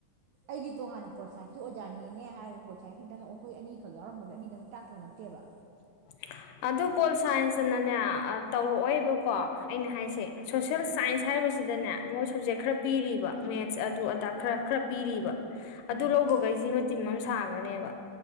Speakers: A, on the right; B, on the left.
A: ꯑꯩꯒꯤ ꯇꯣꯉꯥꯟꯅ ꯄꯣꯜ ꯁꯥꯏꯟꯁꯀꯤ ꯑꯣꯖꯥꯅꯤꯅꯦ ꯍꯥꯏꯔꯒ ꯄꯣꯜ ꯁꯥꯏꯟꯁ ꯈꯛꯇꯪ ꯑꯩꯈꯣꯏ ꯑꯅꯤꯈꯛ ꯌꯥꯎꯔꯝꯕꯗꯣ ꯑꯅꯤꯗꯪ ꯇꯥꯛꯇꯧ ꯅꯠꯇꯦꯕ
B: <unintelligible> ꯑꯗꯨ ꯄꯣꯜ ꯁꯥꯏꯟꯁꯇꯅꯅꯦ ꯑ ꯇꯧꯔꯛꯑꯣꯏꯕꯀꯣ ꯑꯩꯅ ꯍꯥꯏꯁꯦ ꯁꯣꯁꯦꯜ ꯁꯥꯏꯟꯁ ꯍꯥꯏꯕꯁꯤꯗꯅꯦ ꯃꯣꯏ ꯁꯕꯖꯦꯛ ꯈꯔ ꯄꯤꯔꯤꯕ ꯃꯦꯠꯁ ꯑꯗꯨ ꯑꯗꯥ ꯈꯔ ꯈꯔ ꯄꯤꯔꯤꯕ ꯑꯗꯨ
A: ꯎꯝ
B: ꯂꯧꯕꯈꯩꯁꯤꯃ ꯇꯤꯝ ꯑꯃ ꯁꯥꯒ ꯅꯦꯕ